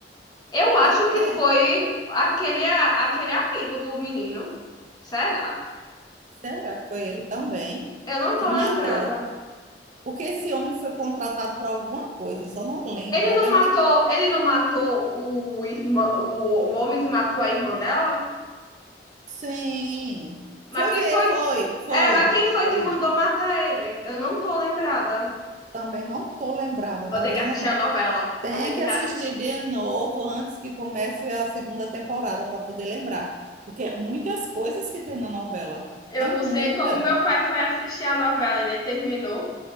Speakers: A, on the left; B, on the right.
A: Eu acho
B: é,
A: que foi
B: é,
A: aquele, a- aquele amigo do menino. Será?
B: será que foi ele também
A: Eu não tô
B: que matou?
A: lembrada.
B: Porque esse homem foi contratado para alguma coisa, eu só não lembro,
A: Ele
B: tá
A: não
B: vendo?
A: matou,
B: Tem-
A: ele não matou o irmã, o, o homem que matou a irmã dela?
B: Sim.
A: Mas
B: Foi
A: quem
B: ver,
A: foi
B: foi, foi.
A: É, mas quem foi
B: Foi
A: que
B: mesmo.
A: mandou matar ele? Eu não tô lembrada.
B: Também não tô lembrada,
A: Vou
B: tá
A: ter
B: vendo?
A: que assistir
B: Aline?
A: a novela.
B: Tem
A: Vou ter que
B: que
A: reassistir.
B: assistir de novo antes que comece a segunda temporada para poder lembrar, porque é muitas coisas que tem na novela.
A: Eu
B: É
A: não
B: muita.
A: sei como meu pai foi assistir a novela e nem terminou.